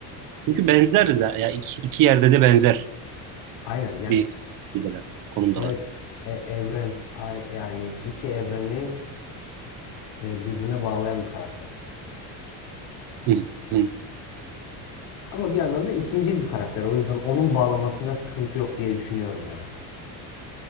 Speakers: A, on the right; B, on the left.
A: Çünkü benzer de ya iki, iki yerde de benzer
B: Aynen yani
A: bir şeydeler, konumdalar.
B: evet e, evren yani iki evreni e, birbirine bağlayan bir karakter.
A: Hı, hı,
B: Ama bir yandan da ikincil bir karakter o yüzden onun bağlamasında sıkıntı yok diye düşünüyorum yani.